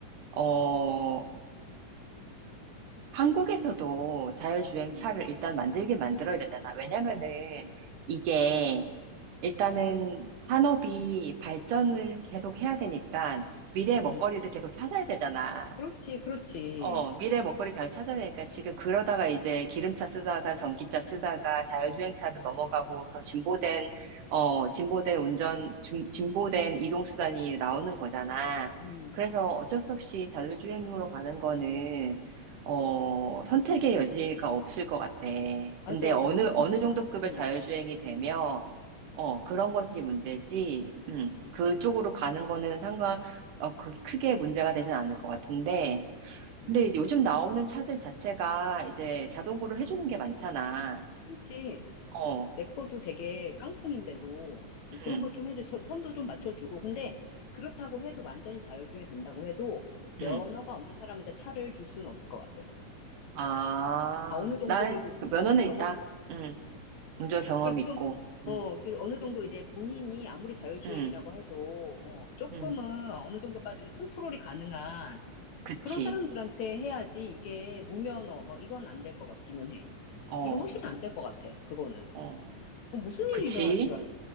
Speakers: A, on the right (about 75°); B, on the left (about 65°).
A: 어... 한국에서도 자율주행
B: 음,
A: 차를 일단 만들게 만들어야 되잖아. 왜냐면은 이게 일단은 산업이 발전을
B: 음,
A: 계속 해야 되니까 미래의 먹거리를
B: 음.
A: 계속 찾아야 되잖아.
B: 그렇지, 그렇지.
A: 어, 미래 먹거리 가요 찾아내니까 지금 그러다가 이제 기름차 쓰다가 전기차 쓰다가 자율주행차로 넘어가고 더 진보된, 어, 진보된 운전, 중- 진보된 이동수단이 나오는 거잖아.
B: 음,
A: 그래서 어쩔 수 없이 자율주행용으로 가는 거는, 어, 선택의 여지가 없을 것 같아.
B: 맞아.
A: 근데 어느,
B: 그렇게
A: 어느
B: 생각해.
A: 정도 급의 자율주행이
B: 음,
A: 되면, 어, 그런 거지 문제지. 음,
B: 음,
A: 그쪽으로 가는 거는 상관, 어, 그, 크게 문제가 되진 않을 것 같은데,
B: 음.
A: 근데 요즘 나오는 차들 자체가 이제 자동으로 해주는 게 많잖아.
B: 그렇지.
A: 어,
B: 내 거도 되게 깡통인데도 어, 그런
A: 응,
B: 걸 좀 해줘. 선- 선도 좀 맞춰주고. 근데 그렇다고 해도 완전히 자율주행이 된다고 해도 면허가
A: 응.
B: 없는 사람한테 차를 줄 수는 없을 것 같아.
A: 아,
B: 아, 어느 정도
A: 날그
B: 그래도
A: 면허는
B: 운전 경험,
A: 있다. 응, 운전 경험이
B: 그래도
A: 있고.
B: 좀, 어,
A: 응,
B: 그 어느 정도 이제 본인이 아무리 자율주행이라고
A: 응,
B: 해도, 어, 조금은
A: 응.
B: 어느 정도까지는 컨트롤이 가능한
A: 그치.
B: 그런 사람들한테 해야지 이게 무면허, 뭐 이건 안 될 것 같기는 해.
A: 어,
B: 이건 확실히 안 될 것 같아, 그거는.
A: 어.
B: 어, 무슨
A: 그치.
B: 일이 일어날 줄 알고.